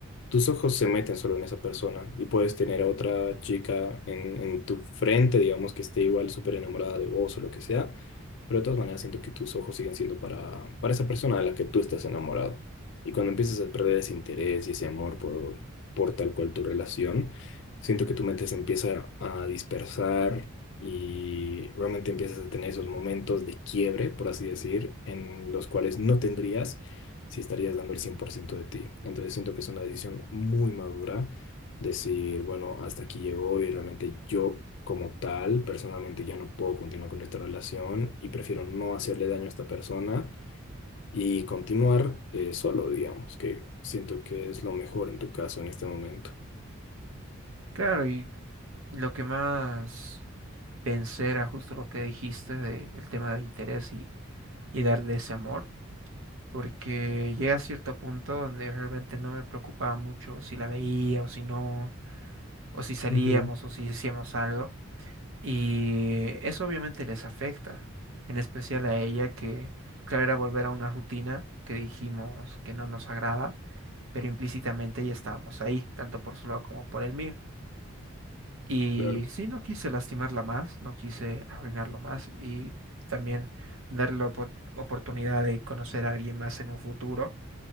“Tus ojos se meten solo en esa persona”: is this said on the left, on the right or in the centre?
Left